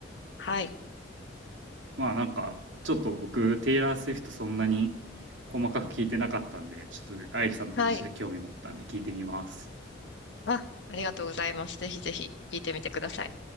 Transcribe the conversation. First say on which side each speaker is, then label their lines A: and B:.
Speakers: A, on the left (about 65°); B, on the right (about 75°).
A: はい。
B: まあなんか、ちょっと僕、テイラー・スウィフトそんなに細かく聞いてなかったんで、ちょっと愛理さんの話で興味持ったんで聞いてみます。
A: はい。あ、ありがとうございます。ぜひぜひ聞いてみてください。